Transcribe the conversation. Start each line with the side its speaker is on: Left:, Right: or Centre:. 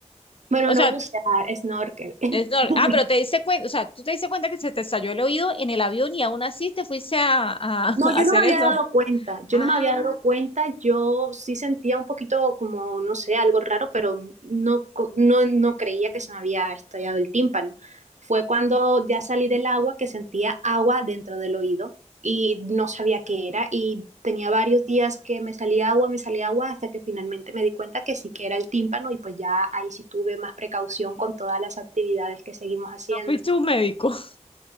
Right: Bueno,
Left: O
Right: no
Left: sea,
Right: bucear, snorkel. <laughs>
Left: es nor- ah, pero te diste cuenta, o sea, tú te diste cuenta que se te estalló el oído en el avión y aún así te fuiste a, a, <laughs> a
Right: No, yo
Left: hacer
Right: no me había
Left: snor.
Right: dado cuenta, yo
Left: Ah,
Right: no me había dado cuenta, yo sí sentía un poquito como, no sé, algo raro, pero no, co- no, no creía que se me había estallado el tímpano. Fue cuando ya salí del agua que sentía agua dentro del oído y no sabía qué era y tenía varios días que me salía agua, me salía agua, hasta que finalmente me di cuenta que sí que era el tímpano y pues ya ahí sí tuve más precaución con todas las actividades que seguimos haciendo.
Left: no fuiste un médico. <laughs>